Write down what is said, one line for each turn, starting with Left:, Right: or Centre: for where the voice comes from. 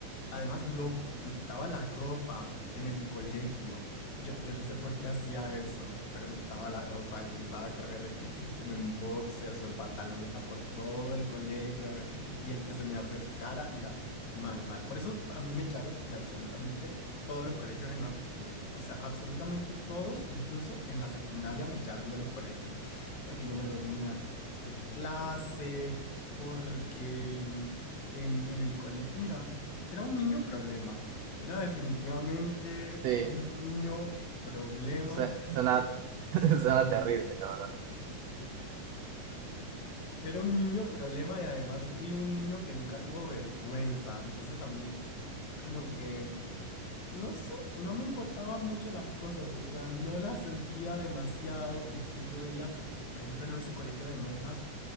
Left: Además, loco, me quitaba la ropa en el colegio. Yo, yo no sé por qué hacía eso, pero me quitaba la ropa y comenzaba a correr en- como en boxers o en pantaloneta por todo el colegio, a ver, y el que se me acercara, mira, mal, mal. Por eso a mí me echaron de absolutamente todos los colegios en los que estudié. O sea, absolutamente todos, incluso en la secundaria me echaron de los colegios, porque yo me dormía en clase, porque mm, en, en el colegio, mira. Era un niño problema. Era definitivamente
Right: Sí,
Left: un niño problema.
Right: Su- Suena, <laughs> suena terrible, la
Left: Era un niño problema y además fui un niño que nunca tuvo vergüenza. Entonces a mí como que, no sé, no me importaban mucho las cosas. O sea, no las sentía demasiado. Y entonces yo veía, por ejemplo, en ese colegio de monjas,